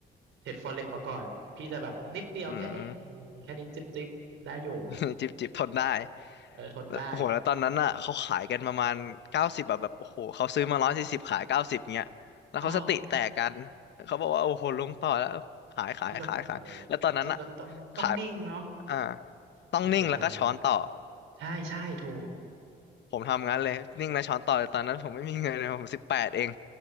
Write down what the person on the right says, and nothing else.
เทรดฟอเร็กมาก่อนพี่จะแบบนิดเดียวแค่นี้อืมแค่นี้จิ๊บจิ๊บได้อยู่
เออทนได้
อ้อ
อืม จริงเราเออจริงเราต้องต้องนิ่งเนาะ
โอ้เสียดายใช่ใช่ถูก
อืม